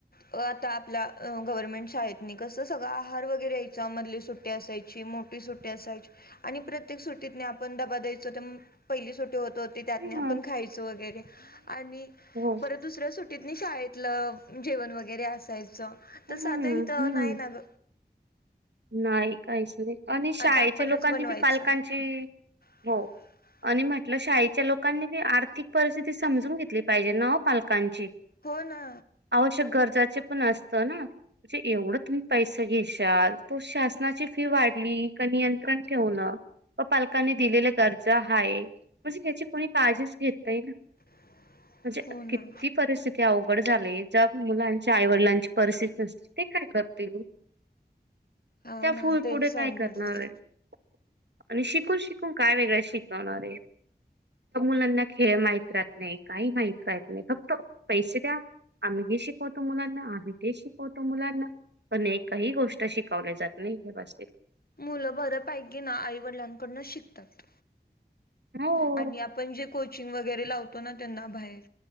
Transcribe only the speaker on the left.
अ आता आपल्या गव्हर्मेंट शाळेतनी कसं सगळं आहार वगैरे यायचा मधली सुट्टी असायची मोठी सुट्टी असायची आणि प्रत्येक सुट्टीतनी आपण डबा द्यायचो पहिली छोटी होत होते त्यातनी
आपण खायच वगैरे आणि
परत दुसऱ्या सुट्टीतनी शाळेतलं जेवण वगैरे असायचं
तसं आता इथं
नाही ना ग
आता आपणच
बनवायचं
<inaudible>
हो ना
<unintelligible>
ना
हा
ना
तेच
अवघड
आहे
मुलं बऱ्यापैकी ना आईवडलांकडूनंच शिकतात
आणि आपण जे कोचिंग वगैरे लावतो ना त्यांना बाहेर